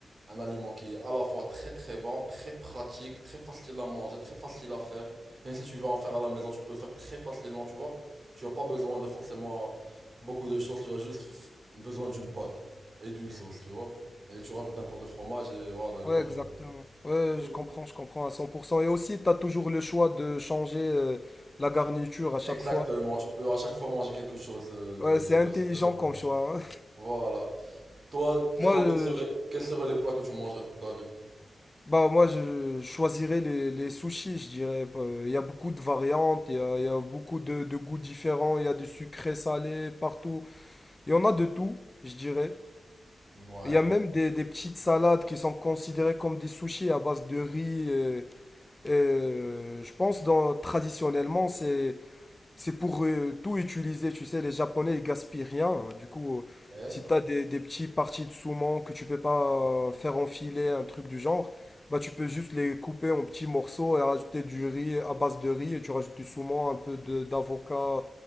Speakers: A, on the right; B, on the left.
A: un, aliment qui est à la fois très très bon, très pratique, très facile à manger, très facile à faire. Même si tu vas en faire à la maison, tu peux le faire très facilement, tu vois. Tu n'as pas besoin de forcément beaucoup de choses, tu as juste f- besoin d'une pâte et d'une sauce, tu vois. Et tu rajoutes un peu de fromage et voilà, le
B: Ouais,
A: tour
B: exactement.
A: est joué.
B: Ouais,
A: Cool.
B: je comprends, je comprends à 100%. Et aussi, tu as toujours le choix de changer euh, la garniture à chaque
A: Exactement,
B: fois.
A: tu peux à chaque fois manger quelque chose euh, de,
B: Ouais,
A: de,
B: c'est
A: de,
B: intelligent
A: de nouveau.
B: comme choix. hein.
A: Voilà. Toi,
B: <laughs> Moi,
A: toi,
B: euh,
A: quels seraient, quels seraient les plats que tu mangerais toute ta vie?
B: bah, moi, je choisirais les, les sushis, je dirais. Euh, Il y a beaucoup de variantes, il y a, il y a beaucoup de, de goûts différents, il y a du sucré, salé, partout. Il y en a de tout, je dirais.
A: Ouais,
B: Il y a même des, des petites salades qui sont considérées comme des sushis à base de riz. euh, Euh, je pense dans, traditionnellement, c'est c'est pour euh, tout utiliser. Tu sais, les Japonais, ils gaspillent rien. Du coup, euh,
A: ouais,
B: si tu as des, des petits parties de saumon que tu peux pas euh, faire enfiler, un truc du genre, bah tu peux juste les couper en petits morceaux et rajouter du riz à base de riz et tu rajoutes du saumon, un peu de- d'avocat